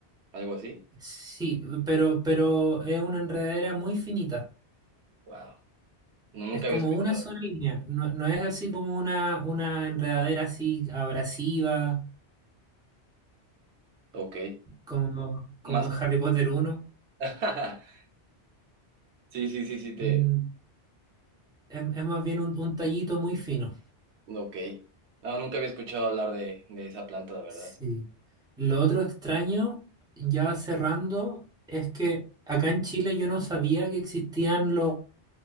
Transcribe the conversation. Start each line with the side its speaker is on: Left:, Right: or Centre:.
Right: algo así.
Centre: Sí, pero, pero es una enredadera muy finita.
Right: Wow. No, nunca
Centre: Es como
Right: había escuchado.
Centre: una sola línea. No, no es así como una, una enredadera así abrasiva,
Right: Ok.
Centre: como,
Right: Más.
Centre: como en Harry Potter uno,
Right: <laughs> Sí, sí, sí, sí, te...
Centre: Mm, Es, es más bien un, un tallito muy fino.
Right: Ok. No, nunca había escuchado hablar de, de esa planta, la verdad.
Centre: Sí. Lo otro extraño, ya cerrando, es que acá en Chile yo no sabía que existían los,